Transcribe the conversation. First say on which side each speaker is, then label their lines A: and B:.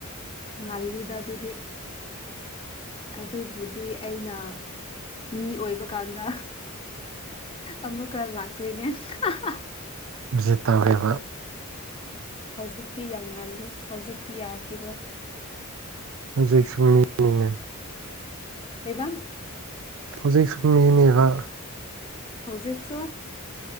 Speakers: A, on the left; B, on the right.
A: ꯉꯜꯂꯤꯗ ꯑꯗꯨꯗꯤ ꯑꯗꯨꯕꯨꯗꯤ ꯑꯩꯅ ꯃꯤ ꯑꯣꯏꯕꯀꯥꯟꯗ ꯑꯃꯨꯛꯀ ꯂꯥꯛꯇꯣꯏꯅꯦ ꯍꯥ ꯍꯥ
B: ꯍꯧꯖꯤ ꯇꯧꯔꯤꯕ
A: ꯍꯧꯖꯤꯛꯇꯤ ꯌꯥꯝ ꯉꯜꯂꯤ ꯍꯧꯖꯤꯛꯇꯤ ꯌꯥꯈꯤꯔꯣꯏ
B: ꯍꯧꯖꯤꯛꯁꯨꯨꯝ ꯃꯤꯅꯤꯅ
A: ꯀꯩꯕ
B: ꯍꯧꯖꯤꯛ ꯁꯨꯝ ꯃꯤꯅꯦꯕ
A: ꯍꯧꯖꯤꯛꯁꯨ